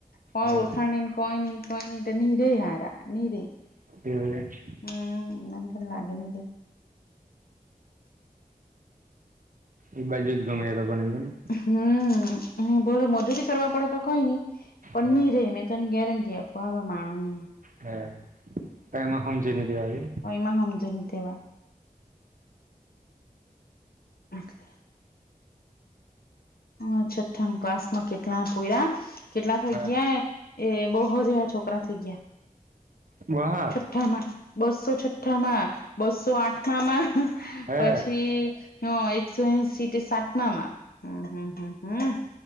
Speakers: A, on the left; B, on the right.
A: કોઈ
B: હા
A: ઓળખા નય કોઈ નય કોઈ તો નીરે હારા નિનીરે.
B: <unintelligible>
A: હમ્મ નાંધ લાગે ન તે
B: એ બાજુ જ ગમે એ લોકો ને ને
A: હમ્મ હમ્મ ભોલો મધુરી કરવા પડે તો કઈની પની
B: હા
A: રહી મેં તને ગેરંટી આપું આવા માણો
B: હ ક એમાં સમજીને દેવાવે
A: ઓ એમાં હમજીન દેવા એટલે હ છઠ્ઠા ના ક્લાસમાં કેટલા પોયરા કેટલા થઈ
B: હા.
A: ગયા એ બહુ <unintelligible> છોકરા થઈ ગયા
B: બહા
A: છઠ્ઠામાં બસો છઠ્ઠામાં બસો આઠઠામાં
B: હે
A: પછી હ એકસો એસી તે સાતમા માં હમ્મ, હમ્મ, હમ્મ